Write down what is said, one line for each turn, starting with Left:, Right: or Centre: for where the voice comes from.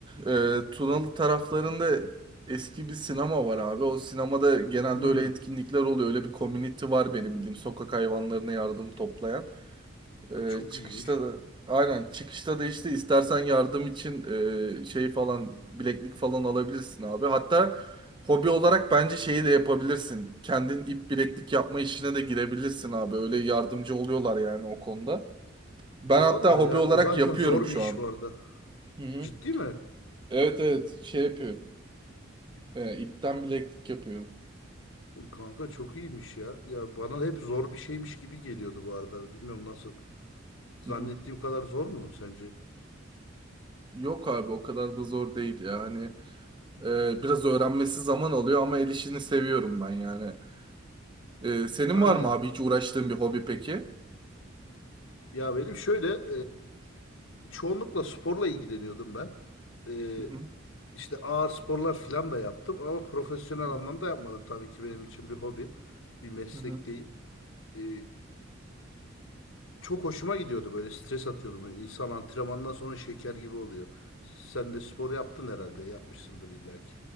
Right: e, Tunalı taraflarında eski bir sinema var abi. O sinemada genelde
Left: Hmm,
Right: öyle etkinlikler oluyor. Öyle bir community var benim bildiğim. Sokak hayvanlarına yardım toplayan. Ee,
Left: çok
Right: çıkışta
Left: iyiymiş.
Right: da aynen çıkışta da işte istersen yardım için e, şey falan bileklik falan alabilirsin abi. Hatta hobi olarak bence şeyi de yapabilirsin. Kendin ip bileklik yapma işine de girebilirsin abi. Öyle yardımcı oluyorlar yani o konuda. Ben
Left: Valla
Right: hatta hobi
Left: yani
Right: olarak
Left: o zaten
Right: yapıyorum
Left: zor
Right: şu
Left: bir iş
Right: an.
Left: bu arada.
Right: Hı hı.
Left: Ciddi mi?
Right: Evet evet şey yapıyorum. Ee, ipten bileklik yapıyorum.
Left: Kanka çok iyiymiş ya. Ya bana hep zor bir şeymiş gibi geliyordu bu arada. Bilmiyorum nasıl. Zannettiğim
Right: Hı hı.
Left: kadar zor mu sence?
Right: Yok abi o kadar da zor değil ya. Hani e, biraz öğrenmesi zaman alıyor ama el işini seviyorum ben yani. Ee, senin
Left: Aynen.
Right: var mı abi hiç uğraştığın bir hobi peki?
Left: Ya benim şöyle e, çoğunlukla sporla ilgileniyordum ben. E,
Right: Hı hı.
Left: işte ağır sporlar falan da yaptım ama profesyonel
Right: Aha.
Left: anlamda yapmadım. Tabii ki benim için bir hobi, bir meslek
Right: Hı hı.
Left: değil. E, çok hoşuma gidiyordu böyle stres atıyordum. Böyle insan antrenmandan sonra şeker gibi oluyor. Sen de spor yaptın herhalde, yapmışsındır illaki.